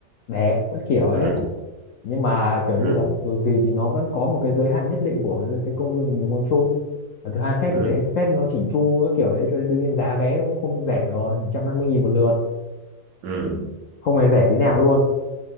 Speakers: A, on the left; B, on the right.
A: đẹp các kiểu ấy
B: ừ.
A: nhưng mà kiểu như
B: Ừ.
A: là dù gì thì nó vẫn có một cái giới hạn nhất định của cái cái công viên mình mong chung Và thứ hai fest
B: Ừ.
A: ở đấy fest nó chỉnh chu các kiểu đấy cho nên đương nhiên giá vé nó cũng không rẻ rồi 150 nghìn một lượt
B: Ừ.
A: không hề rẻ tí nào
B: Ừ.
A: luôn